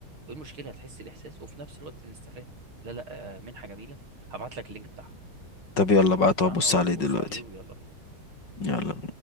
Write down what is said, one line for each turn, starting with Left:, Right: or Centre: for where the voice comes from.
Right: وايه المشكله هتحس الاحساس وفي نفس الوقت نستفاد لا لا آه، منحه جميله هبعت لك اللينك بتاعها
Left: <laughs> طب
Right: هبعت
Left: يلا
Right: لك اللينك
Left: بقى
Right: بتاعها
Left: طب بص
Right: وبص
Left: عليه دلوقتي
Right: عليه ويلا بينا
Left: يلا